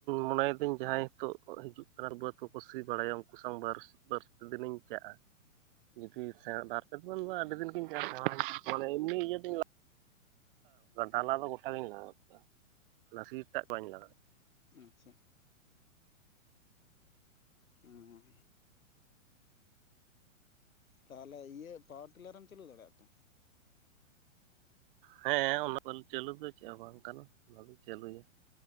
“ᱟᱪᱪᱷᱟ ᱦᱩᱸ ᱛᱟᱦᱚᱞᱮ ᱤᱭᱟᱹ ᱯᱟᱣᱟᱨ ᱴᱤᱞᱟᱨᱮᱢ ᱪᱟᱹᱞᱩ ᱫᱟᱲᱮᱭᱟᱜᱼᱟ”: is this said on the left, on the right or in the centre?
Left